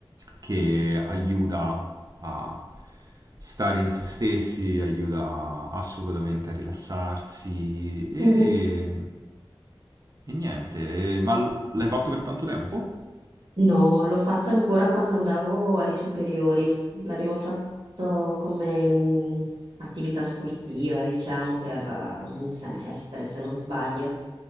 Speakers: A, on the right; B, on the right.
A: che aiuta a stare in se stessi, aiuta assolutamente a rilassarsi e,
B: <laughs>
A: e niente. E- ma l- l'hai fatto per tanto tempo?
B: No, l'ho fatto ancora quando andavo alle superiori. L'abbiamo fatto come mh, attività sportiva, diciamo, per eh, un semestre, se non sbaglio.